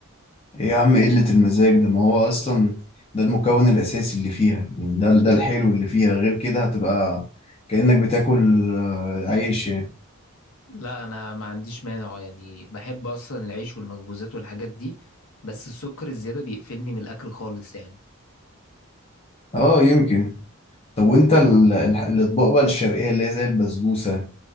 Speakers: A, on the left (about 25°); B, on the left (about 70°).
A: ايه يا عم إيه قلة المزاج ده ما هو اصلا ده المكون الاساسي اللي فيها يعني ده ده الحلو اللي فيها غير كده هتبقى كأنك بتاكل آه، عيش يعني
B: لا انا ما عنديش مانع يعني بحب اصلا العيش والمخبوزات والحاجات دي بس السكر الزيادة بيقفلني من الاكل خالص يعني
A: اه يمكن طب وانت ال- ال- الاطباق بقى الشرقية اللي هي زي البسبوسة